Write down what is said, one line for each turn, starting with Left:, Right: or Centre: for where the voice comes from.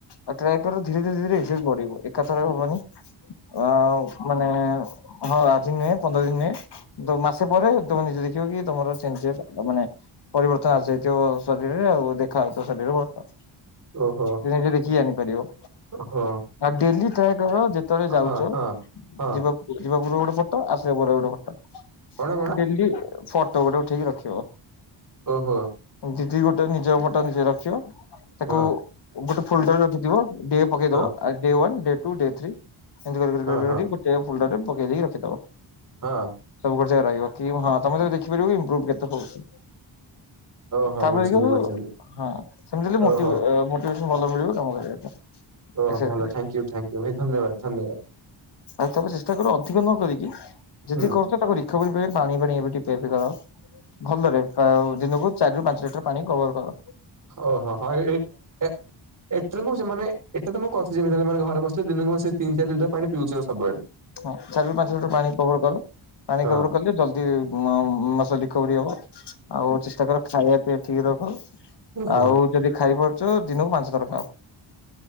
Left: ଆଉ ଟ୍ରାଏ କରେ ଧୀରେ ଧୀରେ ଧୀରେ ଏକ୍ସର୍ସେଇଯି ବଢିବ ଏକାଥରେ ହବନି। ଆ ମାନେ ହଁ ଆଜି ନୁହେଁ ପନ୍ଦର ଦିନ ନୁହେଁ। ମାସେ ପରେ ତମେ ନିଜେ ଦେଖିବ କି ତମର ଚେଞ୍ଜ ସେ ମାନେ ପରିବର୍ତ୍ତନ ଆସିଯାଇଥିବ ଶରୀରରେ ଆଉ ଦେଖାଯାଉଥିବ ଶରୀରରେ ବ
Right: ଓହୋ
Left: ନିଜେ ନିଜେ ଦେଖି କି ଜାଣିପାରିବ।
Right: ଓହୋ।
Left: ଆଉ ଡେଲି ଟ୍ରାଏ ଯେତେବେଳେ ଯାଉଛ
Right: ହଁ ହଁ। ହଁ
Left: ଯିବା ଯିବା ପୁର୍ବରୁ ଗୋଟେ ଫଟୋ ଆସିବା ପୂର୍ବରୁ ଗୋଟେ
Right: କଣ
Left: ଫଟୋ
Right: କଣ
Left: ଡେଲି ଫଟୋ ଗୋଟେ ଉଠେଇକି ରଖିବ।
Right: ଓହୋ।
Left: ଜିଦିି ଗୋଟେ ନିଜ ଫଟ ନିଜେ ରଖିବ ତାକୁ
Right: ହଁ
Left: ଗୋଟେ ଫୋଲଡର ରଖିଥିବ ଡେ ପକେଇଦବ
Right: ହଁ
Left: day one day two day three ଏମିତି କରୀ କରି
Right: ହଁ
Left: କରୀ
Right: ହଁ
Left: ଡେ ଫୋଲଡରରେ ପକେଇ ଦେଇକି ରଖିଦବ।
Right: ହଁ।
Left: ସବୁ କ ରହିବ କି ହଁ ତମେ ଯ ଦେଖିପାରିବ ଇମ୍ପ୍ରୋଭୁ କେତେ ହଉଚି।
Right: ଓହୋ
Left: ତାପରେ
Right: ବୁଝିଲି
Left: ଦେଖୁଁ
Right: ବୁଝିଲି।
Left: ହଁ ସେମିତି ହେ
Right: ଓହୋ
Left: ମୋଟି ମୋ <unintelligible> ଭଲ ମିଳିବ କାମ କରିବା ପାଇଁ।
Right: ଓ
Left: ଏକ୍ସରସାଇଜ
Right: ଭଲ
Left: କରିବା
Right: ଥ୍ୟାଙ୍କ
Left: ପାଇଁ।
Right: ୟୁ ଥ୍ୟାଙ୍କ ୟୁ ଭାଇ ଧନ୍ୟବାଦ ଧନ୍ୟବାଦ।
Left: ଆଉ ତମେ ଚେଷ୍ଟା କର ଅଧିକ ନ କରିକି
Right: ହୁଁ
Left: ଯଦି କର ସେ ତାକୁ ରିକଭରି ପାଇ ପାଣି ଫାଣି ଏବେଟିକେ ପିଆ ପିଇ କର। ଭଲରେ ଦିନକୁ ଚାରି ର ପାଞ୍ଚ ଲିଟର ପାଣି କଭର କର।
Right: ଓହୋ ହଁ ଏଇ ଏଇ ଏ ଏଥିରେ ମୁଁ ସେମାନେ ଏଥିରେ ତ <unintelligible> ଘରେ ବସିଲେ ଦିନକୁ ସେ ତିନି ଚାରି ଲିଟର ପାଣିିଉଛିବ ସବୁବେଳେ।
Left: ହଁ ଚାରି ରୁ ପାଞ୍ଚ ଲିଟର ପାଣି କଭର କର ପାଣି
Right: ହଁ
Left: କଭର କଲେ ଜଲଦି ଯେ ମ ମାସ ରିକଭରି ହବ ଆଉ ଚେଷ୍ଟା କର ଖାଇବା ପିଇବା ଠିକ ରଖ।
Right: ଓହୋ
Left: ଆଉ ଯଦି ଖାଇପାରୁଛ ଦିନକୁ ପାଞ୍ଚ ଥର ଖାଅ।